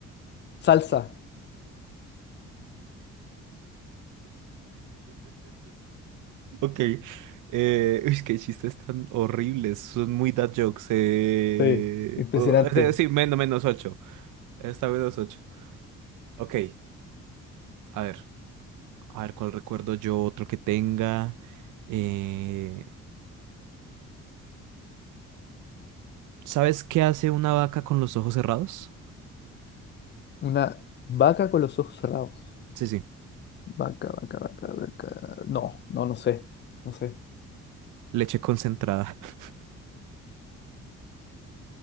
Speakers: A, on the left; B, on the right.
A: Salsa.
B: Ok. Eh, <laughs> uy, qué chistes tan horribles. Son muy dad jokes. Eh...
A: Sí, impresionante.
B: o- o sea, sí, menos, menos ocho. Está menos ocho. Ok. A ver. A ver cuál recuerdo yo, otro que tenga. Eh, ¿Sabes qué hace una vaca con los ojos cerrados?
A: Una vaca con los ojos cerrados.
B: Sí, sí.
A: Vaca, vaca, vaca, vaca. No, no, no sé. No sé.
B: Leche concentrada. <laughs>